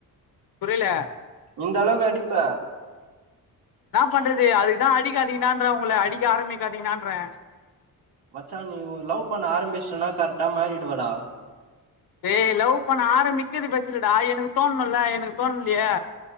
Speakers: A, on the left (about 65°); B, on the right (about 80°).
A: புரியல
B: இந்த அளவுக்கு அடிப்ப
A: என்னாப் பண்றது அதுக்குதா அடிக்காதிங்கடான்றே உங்கள அடிக்க ஆரம்பிக்காதீங்கடான்றே
B: மச்சா நீ் ஒரு லவ் பண்ண ஆரம்பிச்சிட்டுனா கரெட்டா மாறிடுவடா
A: ஏ லவ் பண்ண ஆரம்பிக்கிறது பெருசு இல்லடா எனக்கு தோணுல எனக்கு தோண்லையே